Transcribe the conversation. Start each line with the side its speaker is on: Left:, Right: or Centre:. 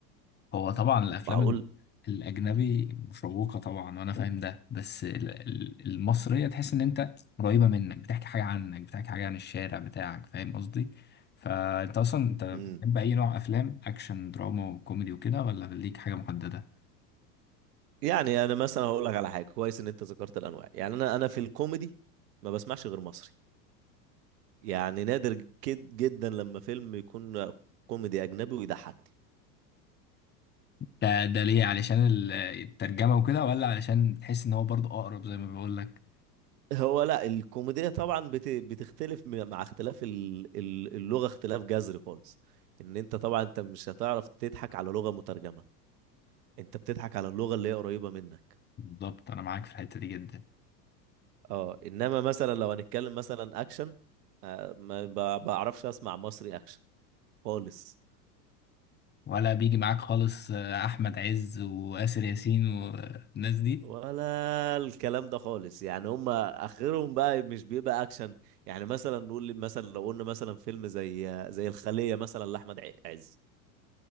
Left: هو طبعا الافلام
Right: معقول
Left: ال- الاجنبي مشوقه طبعا وانا فاهم ده بس ال- ال- المصريه تحس ان انت قريبه منك بتحكي حاجه عنك بتحكي حاجه عن الشارع بتاعك فاهم قصدي فانت اصلا انت بتحب
Right: امم
Left: اي نوع افلام اكشن دراما وكوميدي وكده ولا ليك حاجه محدده
Right: يعني انا مثلا هقول لك على حاجه كويس ان انت ذكرت الانواع يعني انا انا في الكوميدي ما بسمعش غير مصري يعني نادر جد جدا لما فيلم يكون كوميدي اجنبي ويضحكني
Left: ده ده ليه علشان ال- الترجمه وكده ولا علشان تحس ان هو برضو اقرب زي ما بقول لك
Right: هو لا الكوميديا طبعا بت... بتختلف م- مع اختلاف ال- ال- اللغة اختلاف جذري خالص ان انت طبعا انت مش هتعرف تضحك على لغة مترجمة انت بتضحك على اللغة اللي هي قريبة منك
Left: بالظبط انا معاك في الحته دي جدا
Right: اه انما مثلا لو هنتكلم مثلا اكشن آه، ما ب- بعرفش اسمع مصري اكشن خالص
Left: ولا بيجي معاك خالص آه، احمد عز واسر ياسين والناس دي
Right: ولا الكلام ده خالص يعني هم اخرهم بقى مش بيبقى اكشن يعني مثلا نقول لي- مثلا لو قلنا مثلا فيلم زي زي الخلية مثلا لاحمد عز